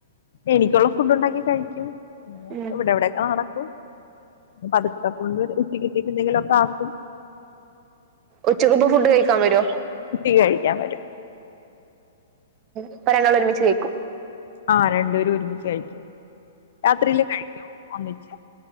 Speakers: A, on the left; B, on the right.
A: എനിക്കൊളള ഫുഡ് ഉണ്ടാക്കി കഴിക്കും
B: ഉം
A: ഇവിടവിടേക്ക നടക്കും പതുക്ക <unintelligible> ഉച്ചക്ക് ഇച്ചിരി എന്തെങ്കിലും ഒക്കെ ആക്കും
B: ഉച്ചക്ക് അപ്പൊ ഫുഡ് കഴിക്കാൻ വരുവോ
A: ഉച്ചക്ക് കഴിക്കാൻ വരും
B: അപ്പൊ രണ്ടാളും ഒരുമിച്ച് കഴിക്കും
A: ആഹ് രണ്ട് പേരും ഒരുമിച്ച് കഴിക്കും രാത്രിയിലും കഴിക്കും ഒന്നിച്ച്